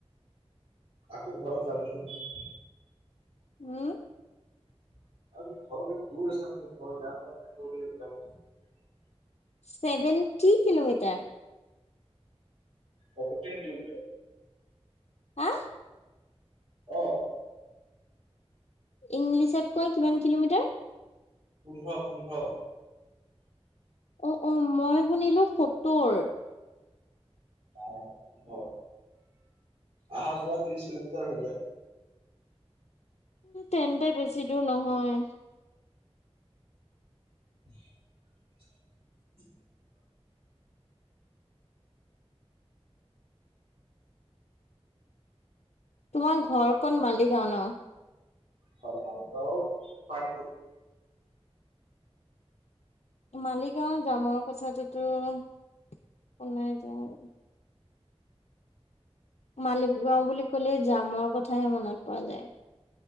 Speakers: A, on the right; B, on the left.
A: আকৌ ঘৰত যাম নেকি মই
B: উম
A: <unintelligible>
B: ছেভেন কি কিলোমিটাৰ
A: <unintelligible> কিলোমিটাৰ
B: হা
A: অৱ
B: ইংলিছত কোৱা কিমান কিলোমিটাৰ
A: পোন্ধঅ' পোন্ধঅ
B: অ অ মই শুনিলো সত্তোৰ
A: <unintelligible> অহা যোৱা ত্ৰিশ কিলোমিটাৰ হৈ যায় ।
B: তেন্তে বেছি দূৰ নহয়।
A: <inaudible> <inaudible>
B: তোমাৰ ঘৰ ক'ত মালিগাও ন
A: হয়, মালিগাও পানৰূপ
B: মালিগাঁও জামৰ কথাটোতো শনাই যায় মালিকগাঁও বুলি কলে জামৰ কথাই মনত পৰা যায় ।